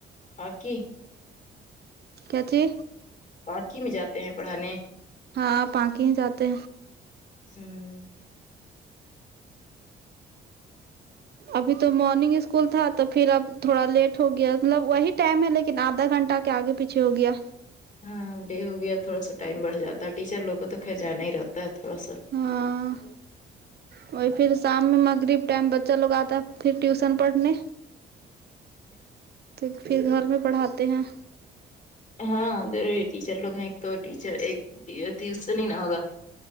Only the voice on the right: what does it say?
کیا جی
ہاں پاکئنگ جاتے
ابھی تو مارننگ اس اسکول تھا تو پھر اب تھوڑا لیٹ ہو گیا مطلب وہی ٹائم ہے لیکن آدھا گھنٹہ کیا آگے پیچھے ہو گیا
ہاں وہی پھر شام میں مغرب ٹائم بچہ لوگ آتا ہے پھر ٹیوشن پڑھنے تو پھر گھر میں پڑھاتے ہیں